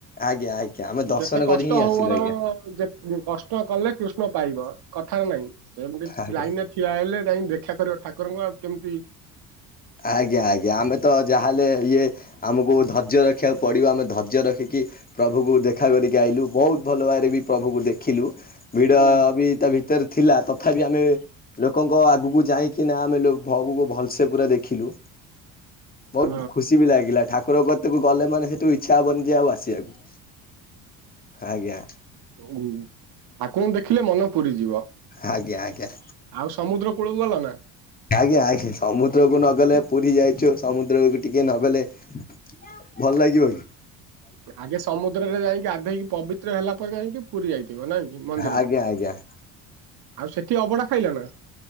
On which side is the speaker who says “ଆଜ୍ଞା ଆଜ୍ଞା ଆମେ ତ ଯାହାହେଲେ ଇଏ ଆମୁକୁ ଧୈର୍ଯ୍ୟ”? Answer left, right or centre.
Left